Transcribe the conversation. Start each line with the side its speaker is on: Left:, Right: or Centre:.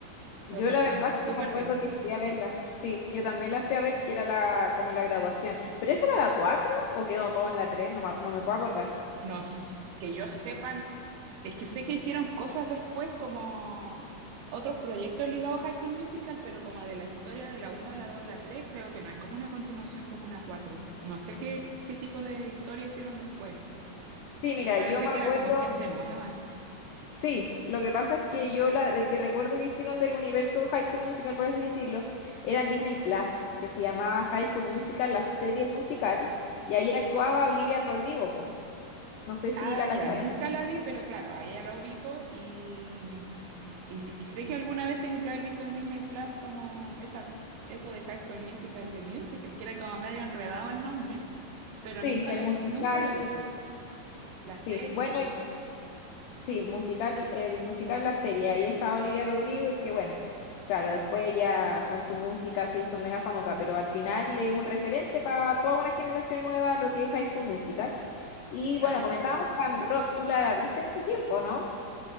Left: Yo
Right: lo pasamos
Left: la verdad
Right: súper
Left: es que me acuerdo
Right: bien.
Left: que fui a verla. Sí, yo también la fui a ver, que era la, como la graduación. ¿Pero esa era la 4 o quedó todo en la tres No me, no me puedo acordar.
Right: Nos que yo sepa, Es que sé que hicieron cosas después como otros proyectos ligados a High School Musical, pero como de la historia de la uno a la 2 a la 3, creo que no hay como una continuación como una 4. No sé qué, qué tipo de historia hicieron después.
Left: Sí, mira,
Right: Parece
Left: yo me
Right: que
Left: acuerdo
Right: era como gente nueva.
Left: Sí, lo que pasa es que yo la de que recuerdo que hicieron del universo High School Musical, por así decirlo, eran Disney Plus, que se llamaba High School Musical, la serie el musical, y ahí actuaba Olivia Rodrigo, po. No sé si
Right: Ah,
Left: la cacháis.
Right: ya, nunca la vi, pero claro, a ella la ubico y, y, y sé que alguna vez tengo que haber visto en Disney Plus como esa, eso de High School Musical, de Musical, que era como medio enredado el nombre, pero
Left: Sí,
Right: nunca
Left: el
Right: lo, he-
Left: musical,
Right: nunca lo he visto. La
Left: sí.
Right: serie,
Left: Bueno,
Right: algo así,
Left: Sí, musical, el musical La Serie, ahí estaba Olivia Rodrigo, que bueno, claro, después ella con su música se hizo mega famosa, pero al final es un referente para toda una generación nueva lo que es High School Musical. Y
Right: claro.
Left: bueno, comentábamos Camp Rock, tú la viste en su tiempo, ¿no?